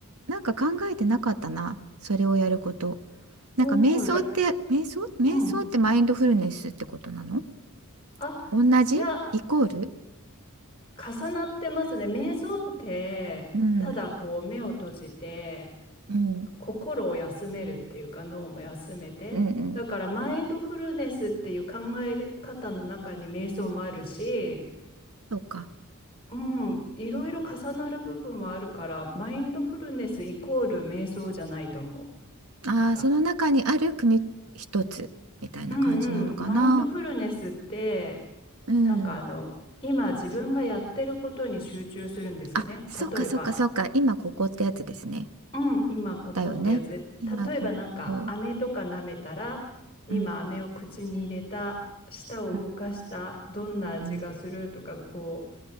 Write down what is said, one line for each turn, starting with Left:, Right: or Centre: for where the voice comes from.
Right: なんか考えてなかったな。それをやること。
Left: <laughs>
Right: なんか瞑想って、
Left: おーら、
Right: 瞑想瞑想ってマインドフルネスってことなの
Left: うん。あ、
Right: 同じイコール
Left: いや、重なってますね。瞑想って、
Right: うん。
Left: ただこう目を閉じて、
Right: うん。
Left: 心を休めるっていうか脳も休めて、
Right: うんうん。
Left: だからマインドフルネスっていう考え方の中に瞑想もあるし、
Right: そうか。
Left: うん、いろいろ重なる部分もあるから、マインドフルネスイコール瞑想じゃないと思う。
Right: ああ、
Left: なんか、
Right: その中にある組一つみたいな感じなのかな。
Left: うんうん、マインドフルネスって、
Right: うん。
Left: なんかあの、今自分がやってることに集中するんですよね。
Right: あ、そっかそっかそっか。
Left: 例えば、
Right: 今ここってやつですね。
Left: うん、今ここってやつで、
Right: だよね。今ここ。
Left: 例えばなんか飴とか舐めたら、今飴を口に入れた、
Right: うん。
Left: 舌を動かした、
Right: うん。
Left: どんな味がするとか、
Right: うん
Left: こう、